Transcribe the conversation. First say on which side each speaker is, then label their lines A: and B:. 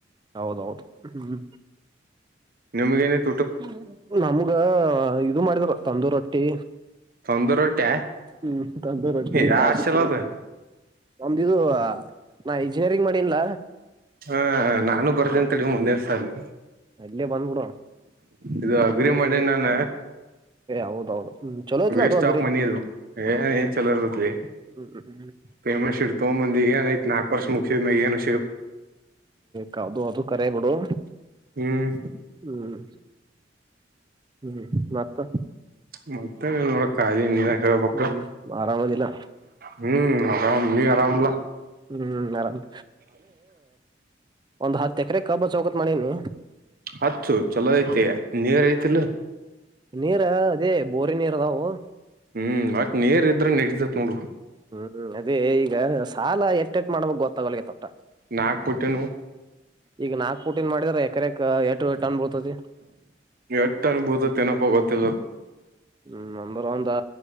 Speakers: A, on the right; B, on the right.
A: ಹೌದೌದು ಹ್ಮ.
B: ನಿಮ್ಗ ಏನಿತ್ತು.
A: ಹ್ಮ ನಮ. ಈಗ ಇದು ಮಾಡಿದ್ರು ತಂದೂ ರೊಟ್ಟಿ.
B: ತಂದು ರೊಟ್ಟಿ
A: ಹ್ಮ ತಂದುರ್ ರಟ್ಟಿ
B: ಯಾ
A: ಕಾಜು
B: ಹಾಸ್ಟೆಲ್
A: ಕರಿ
B: ಅದ
A: ನಮ್ದಿದು ನಾ ಇಂಜಿನಿಯರಿಂಗ್ ಮಾಡಿನ್ಲ
B: ಹ ನಾನು
A: ಮತ್ತ.
B: ಬರ್ತೀನಿ ತಡಿ ಮುಂದಿನ ಸಾಲಿ
A: ನಲ್ಲಿಯ ಬಂದ್ಬಡ
B: ಇದು ಅಗ್ರಿ
A: ಹ್ಮ.
B: ಮಾಡಿ ನಾನ
A: ಹೌದೌದು. ಹ್ಮ್ ಚಲೋ ಐತ್ಲ
B: ವೇಸ್ಟ್
A: ಅದು ಅಗರಿ
B: ಆಫ್ ಮನಿ ಅದು ಏನ್ ಏನ್ ಚಲೋ ಇರತ್ಲ್ಲಿ
A: ಹ್ಮ್ ಹ್ಮ್
B: ಫೆಮಸ್ ಇಡ್ ತಗೊಂಬಂದಿ ಏನ್. ನ ನಾಕ ವರ್ಷ ಮುಗಸಿದ ಏನು.
A: ಕಾದು ಅದುೂ ಕರೆ ಬುಡು.
B: ಹ್ಮ್
A: ಹ್ಮ್. ಹ್ಮ್ ಮತ್ತ.
B: ಮತ್ತ ನೋಡ ಕಾಲಿ ನೀವ ಹೇಳ್ಬಕು
A: ಹ್ಮ್ ಆರಾಮದಿಲ್ಲ
B: ಹ್ಮ್ ಆರಾಮ ನೀ ಆರಾಮಲ.
A: ಹ್ಮ್ ಆರಾಮ್ ಒಂದು ಹತ್. ಎಕರೆ ಕಬ್ಬ ಚೌಕತ್ ಮಾಡೀನಿ
B: ಹಚ್ಚು ಚಲೋ ಐತ ನೀರ್ ಐತಿಲ್ಲ.
A: ನೀರ ಅದೇ. ಬೋರಿನ ನೀರ ಅದಾವು.
B: ಹ್ಮ್ ಅ ನೀರ್. ದ್ರ ನಡೀತೈತಿ ನೋಡು.
A: ಹ್ಮ್ ಅದೇ ಈಗ ಸಾಲ ಎ ಎಟ್ಟ ಎಟ್ಟ ಮಾಡಬೇಕ ಗೊತ್ತಾಗವಲ್ತ್ ಒಟ್ಟ
B: ನಾಕ್ ಪುಟ್ಟಿನು
A: ಈಗ ನಾಕ್ ಪುಟಿಂದ ಮಾಡಿದ್ರಾ ಎಕ್ರೆಕ ಎಟ್ ಟನ್ ಬೀಳ್ತೈತಿ.
B: ಎಟ್ಟ ಅನ್ಭೂತತ್ತೇನಪ್ಪ ಗೊತ್ತಿಲ್ಲ
A: ಹ್ಮ ನಂದ್ರ ಒಂದ್